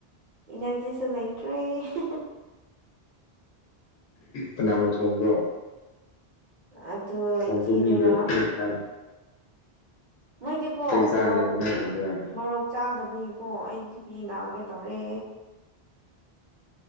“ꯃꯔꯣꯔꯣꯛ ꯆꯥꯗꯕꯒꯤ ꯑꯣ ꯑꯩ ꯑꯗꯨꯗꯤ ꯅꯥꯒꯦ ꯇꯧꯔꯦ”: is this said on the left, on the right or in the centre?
Right